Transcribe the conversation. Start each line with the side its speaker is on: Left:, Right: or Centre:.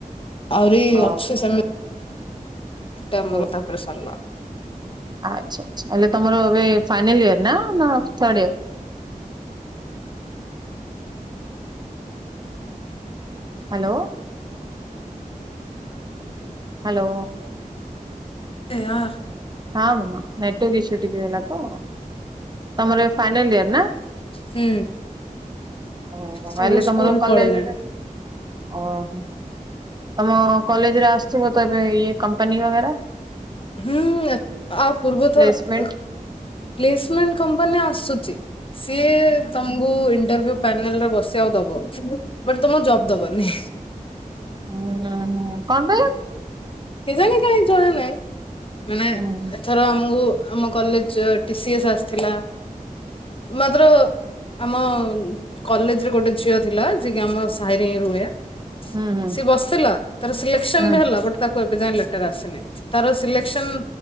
Left: ଆହୁରି
Right: ହଉ
Left: ଅଛି ସେମି ତାମର
Right: ହଉ।
Left: ତା ପରେ ସରିଲା।
Right: ଆଚ୍ଛା ଆଛା ହେଲେ ତମର ଏବେ ଫାଇନାଲ୍ ଇୟର ନା ଥାର୍ଡ ଇୟର? ହାଲୋ। ହାଲୋ।
Left: ଏ ଆର
Right: ହଁ ମାମା ନେଟୱକ ଇସ୍ୟୁ ଟିକେ ହେଲା ତ ତମର ଏବେ ଫାଇନାଲଇୟର ନା?
Left: ହୁଁ।
Right: ଓହୋ ମୁଁ
Left: ସବୁ
Right: ଭାବିଲି ତମର
Left: ସ୍କୁଲ
Right: କଲେଜରେ
Left: ପଳେଇଲେଣି
Right: ଓହୋ। ତମ କଲେଜ୍ ରେ ଆସିଛି ମୋର୍ ତ ଏବେ ଇଏ କମ୍ପାନୀ ବଗରା।
Left: ହୁଁ ଆ ପୂର୍ବଥର
Right: ପ୍ଲେସମେଣ୍ଟ
Left: କ ପ୍ଲେସ୍ ମେଣ୍ଟ୍ କମ୍ପାନୀ ଆସୁଛି। ସିଏ ତମ୍ କୁ ତମକୁ ଇଣ୍ଟ୍ରଭିୟୁ ପ୍ୟାନେଲ୍ ରେ ବସେଇବାକୁ ଦେବ ବଟ୍ ତମ ଜବ୍ ଦବନି।
Right: <unintelligible> କନ ପାଇ କା?
Left: କେଜାଣି କାଇ ଜଣା ନାଇ ମାନେ
Right: ହଁ
Left: ଏଥରେ ଆମକୁ ଆମ କଲେଜ୍ ଟିସିଏସ୍ ଆସିଥିଲା ମାତ୍ର ଆମ କଲେଜ୍ ରେ ଗୋଟେ ଝିଅ ଥିଲା ଯିଏ କିି ଆମ ସାହିରେ ହିଁ ରୁହେ।
Right: ହୁଁ ହୁଁ
Left: ସିଏ ବସିଥିଲା ତାର ସ୍ରିଲେକ୍ସନ୍
Right: ହୁଁ
Left: ବି ହେଲା ବଟ୍ ତାକୁ ଏବେ ଯାଏ ଲେଟର୍ ଆସିନି। ତାର ସିଲେକ୍ସନ୍